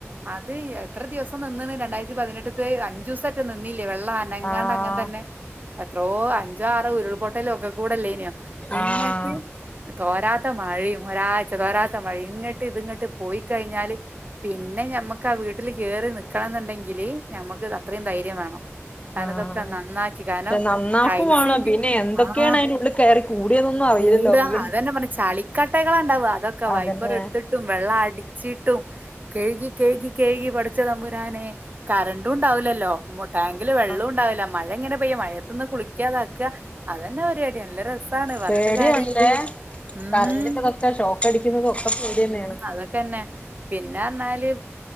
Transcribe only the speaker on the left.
ആഹ്
ആഹ്
ആഹ്
പക്ഷെ നന്നാക്കും
വേണം പിന്നെ എന്തൊക്കെയാണ്
അതിന്റെ ഉള്ളിൽ കയറി കൂടിയതൊന്നും അറിയില്ലല്ലോ
വീട്
അതന്നെ
ആഹ്
പേടിയാണല്ലേ
കറന്റിന്റെതൊക്കെ ഷോക്ക് അടിക്കുന്നതും ഒക്കെ പേടി
തന്നെയാണ്